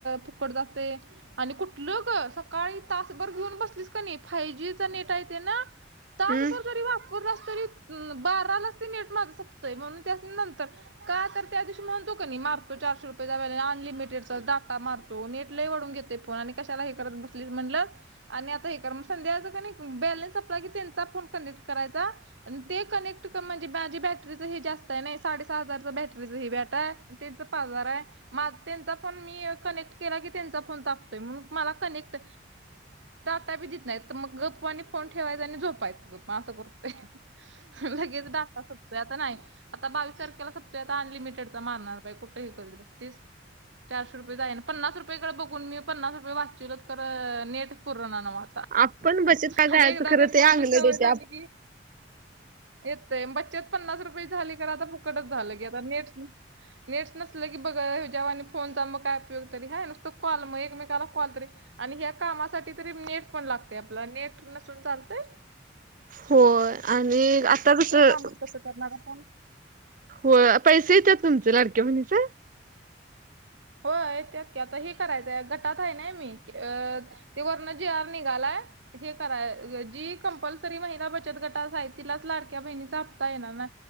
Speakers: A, on the right; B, on the right.
A: फुकट जाते. आणि कुठलं ग सकाळी तासभर घेऊन बसलीच फाय जी नेट आहे ते ना तासभर
B: हम्म
A: जरी वापराल तरी- तरी बारालाच ते नेट माझ सपतंय म्हणून त्यासणी नंतर का तर त्या दिवशी म्हणतो का नाही मारतो चारशे रुपये जा्या अनलिमिटेडचा डाटा मारतो नेट लय वढून घेते फोन आणि कशाला हे करत बसली म्हटल आणि हे कर मग संध्याकाळचं त्यांनी बॅलन्स संपला की त्यांचा फोन कनेक्ट करायचा ते कनेक्ट म्हणजे माझी बॅटरीच हे जास्त आहे नाही साडेसहा हजार बॅटरीच बॅट आहे. त्यांचा पार्लर आहे. माझा त्यांचा पण मी कनेक्ट कनेक्ट केले की त्यांचा फोन तापतोय मला कनेक्ट काय बी देत नाही, तर मग गप्प वणी फोन ठेवायचा आणि झोपायच मग असं करतो. लगेच डाटा संप नाही तर नाय, आता बावीस तारखेला संपतोय अनलिमिटेड चा मारणार बाई कुठे ही करीत बसतीस. चारशे रुपये जाई पन्नास रुपयाेडे बघून मी पन्नास रुपये वाचीलो तर नेट पुर नावा
B: आपण बचत का
A: आणि
B: जायचं
A: एकदा
B: खरं
A: त्या
B: ते
A: फोनची
B: अंगलट
A: सवय
B: येते
A: झाली
B: आप
A: की येतय बच्चत पन्नास रुपये झाली का आता फुकटच झालं की आता नेट नेट नसलं की बघा ह्याच्या वाणी आणि फोनचा मग काय उपयोग तरी हय नसतो कॉल मग एकमेकाला कॉल तरी आणि ह्या कामासाठी तरी नेट पण लागते आपला नेट नसून चालतय-
B: होय, आणि आता जसं
A: कामच कसं करणार आपण?
B: होय, पैसे येतात तुमचे लडक्या बहिणीच्?
A: होय येत्यात की, आता हे करायचंय गटात आहे नाही मी अ- ते वरण जी आर निघालाय हे कराय जी कंपल्सरी महिला बचत गटास आहे. तिलाच लाडक्या बहिणीचा हप्ता येणार.